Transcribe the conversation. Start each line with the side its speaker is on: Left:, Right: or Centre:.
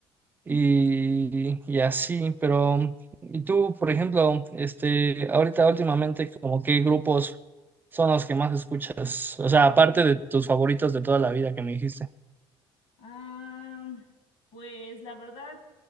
Right: y, y así, pero, y tú, por ejemplo, este, ahorita últimamente, como qué grupos son los que más escuchas, o sea, aparte de tus favoritos de toda la vida que me dijiste.
Left: Ah, pues la verdad,